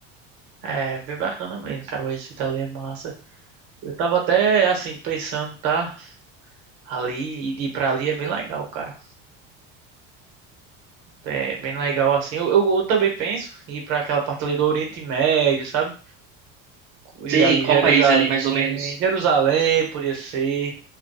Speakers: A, on the right; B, on the right.
A: É, bem bacana mesmo, cara. O Recife ali é massa. Eu tava até assim pensando, tá? Ali e ir pra ali é bem legal, cara. É bem legal assim. Eu, eu, eu também penso em ir para aquela parte ali do Oriente Médio, sabe? E
B: Sei
A: ali
B: qual
A: Jerusalém.
B: país ali mais ou menos?
A: Jerusalém poderia ser.